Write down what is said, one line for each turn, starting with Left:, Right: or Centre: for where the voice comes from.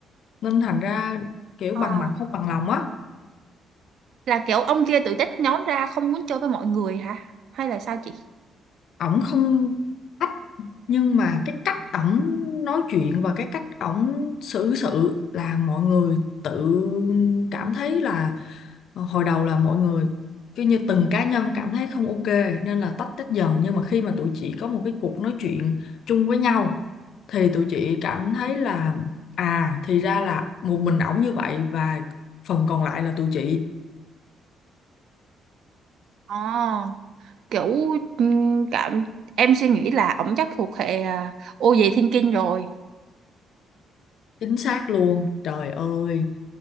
Left: nên thành ra kiểu
Right: À,
Left: bằng mặt không bằng lòng á
Right: Là kiểu ông kia tự tách nhóm ra không muốn chơi với mọi người hả? Hay là sao chị?
Left: ổng không ách nhưng mà cái cách ổng nói chuyện và cái cách ổng xử sự là mọi người tự cảm thấy là ờ, hồi đầu là mọi người cứ như từng cá nhân cảm thấy không ok nên là tách tách dần nhưng mà khi mà tụi chị có một cái cuộc nói chuyện chung với nhau thì tụi chị cảm thấy là à thì ra là một mình ổng như vậy và phần còn lại là tụi chị
Right: Ờ, kiểu ừm, cảm em suy nghĩ là ổng chắc thuộc hệ à, ô về thiên kinh rồi.
Left: chính xác luôn trời ơi